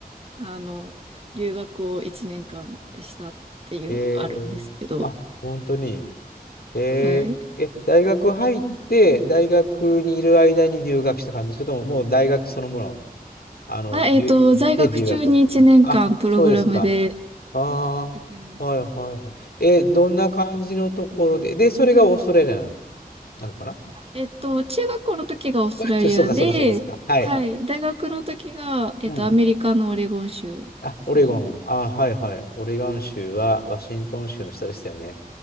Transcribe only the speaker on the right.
あの、留学を1年間したっていうのがあるんですけど、
はい。
あ、えっと、
在学中に1年間プログラムで
行きました。
えっと、中学校の時がオーストラリアで、
はい、大学の時が、えっと、
アメリカのオレゴン州ですね。